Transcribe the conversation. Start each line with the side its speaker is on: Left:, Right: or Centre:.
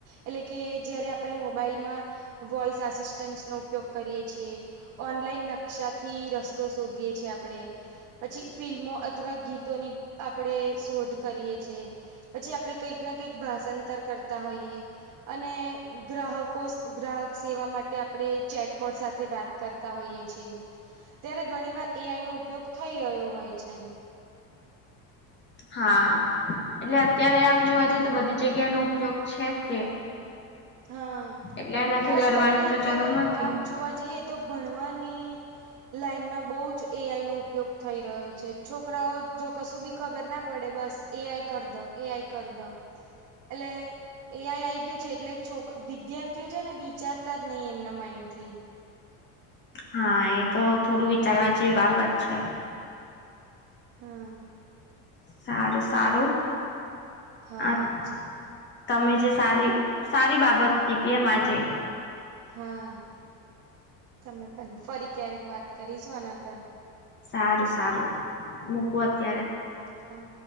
Right: એટલે કે જયારે આપણે મોબાઈલમાં વોઇસ આસિસ્ટન્ટનો ઉપયોગ કરીએ છીયે. ઓનલાઈન નકશાથી રસ્. તો શોધીએ છીએ આપણે. પછી ફિલ્મો અથવા ગીતોની આપણેે શોધ કરીએ છે. પછી આપડે કંઈક ના કંઈક ભાષાંતર કરતા હોઈએ અને ગ્રાહકો ગ્રાહક સેવા માટે આપણે ચેટબોર્ડ સાથે વાત કરતા હોઈએ છીએ. ત્યારે ઘણી વાર એ આઈ નો ઉપયોગ થઈ રહ્યો હોય છે.
Left: હા એટલે અત્યારે આમ જોવા જઈએ તો બધી જગ્યા નો ઉપયોગ છે જ તે.
Right: હા
Left: એટલે એનાથી
Right: ખાસ
Left: ડરવાની
Right: કરીને
Left: તો
Right: અત્યારે
Left: જરૂર નથી.
Right: આમ જોવા જઈએ તો ભણવાની લાઈનમાં બહુ જ એ આઈ નો ઉપયોગ થઈ રહ્યો છે છોકરાઓ જો કશું બી ખબર ના પડે બસ એ આઈ કર દો એઆઈ કર દો એટલે એઆઈ આઈ ગયું છે એટલે છોક વિદ્યાર્થીઓ છે ને વિચારતા જ નહી એમના માઈન્ડ થી.
Left: હા એ તો થોડું વિચારવા જેવી બાબત છે.
Right: હા
Left: સારું સારું
Right: હા
Left: આપ તમે જે સારી સારી બાબત કીધી એમાંજે.
Right: હા તમે પણ ફરી ક્યારેક વાત કરીશું આના પર.
Left: સારું સારું
Right: હા
Left: મૂકો અત્યારે.
Right: હા.